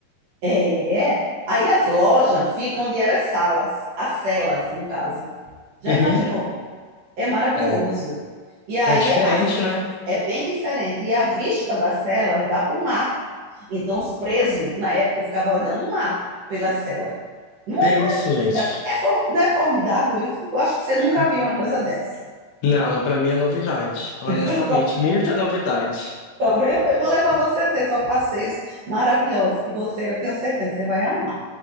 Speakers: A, on the right; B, on the left.
A: É. Aí as lojas ficam onde eram as salas, as celas, no caso. Já
B: Uhum.
A: imaginou? É maravilhoso.
B: É.
A: E aí
B: É diferente,
A: a vi...
B: né?
A: é bem diferente. E a vista das celas dá para o mar. Então os presos, na época, ficavam olhando o mar pelas celas. Não
B: É
A: é,
B: isso, gente.
A: é, é for- não é formidável isso? Eu acho que você nunca
B: Hum.
A: viu uma coisa dessa.
B: Não, pra mim é novidade, honestamente,
A: <laughs>
B: muita novidade.
A: Tá vendo? Eu vou levar você a ver só passeios maravilhosos que você, eu tenho certeza, você vai amar.